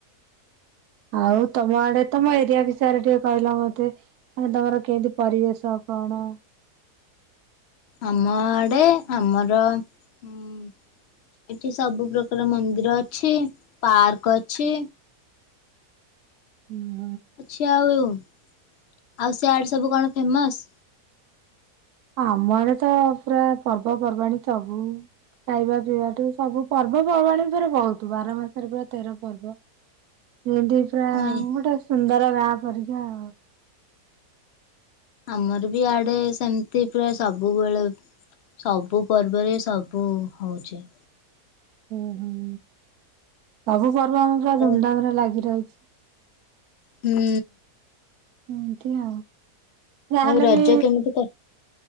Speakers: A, on the right (about 75°); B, on the left (about 85°).
A: ଆଉ ତମ ଆଡେ ତମ ଏରିଆ ବିଷୟରେ ଟିକିଏ କହିଲ ମତେ? ମାନେ ତମର କେଏଁତି ପରିବେଶ କଣ?
B: ଆମ ଆଡେ ଆମର ଉଁ ଏଠି ସବୁ ପ୍ରକାର ମନ୍ଦିର ଅଛି। ପାର୍କ ଅଛି।
A: ହୁଁ।
B: ଅଛି ଆଉ। ଆଉ ସେ ଆଡ ସବୁ କଣ ଫେମସ?
A: ଆମ ଆଡେ ତ ପୁରା ପର୍ବପର୍ବାଣିୀ ସବୁ ଖାଇବା ପିଇବାଠୁ ସବୁ ପର୍ଵପର୍ବାଣୀ ଉପରେ ବହୁତ ବାର ମାସରେ ପୁରା ତେର ପର୍ବ। ଯେମତି ପୁରା
B: ହଁ
A: ଗୋଟାଏ ସୁନ୍ଦର ଗାଁ ପରିକା ଆଉ।
B: ଆମର ବି ଇଆଡେ ସେମିତି ପ୍ରାୟ ସବୁବେଳେ ସବୁ ପର୍ବରେ ସବୁ ହଉଚି।
A: ଉଁ, ହୁଁ। ସବୁ ପର୍ବ ଆମର ପୁରା
B: ହଉ
A: ଧୁମଧାମ ରେ ଲାଗି ରହିଚି।
B: ହୁଁ।
A: ଏମତି ଆଉ, ଯାହାହେନେ
B: ଆଉ ରଜ
A: ବି
B: କେମିତି କ